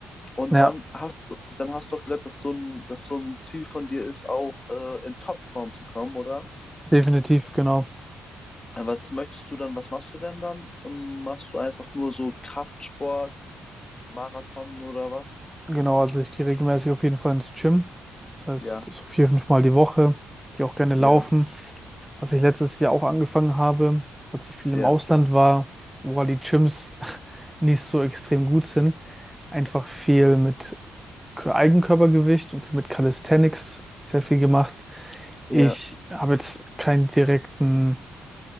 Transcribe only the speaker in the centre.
Ja,
definitiv, genau.
Genau, also ich gehe regelmäßig auf jeden Fall ins Gym. Das heißt,
so vier, fünf Mal die Woche. Ich gehe auch gerne
laufen. Was ich letztes Jahr auch angefangen habe, als ich viel
im Ausland war, wo halt die Gyms <laughs> nicht so extrem gut sind, einfach viel mit K- Eigenkörpergewicht und viel mit Calisthenics sehr viel gemacht. Ich
habe jetzt keinen direkten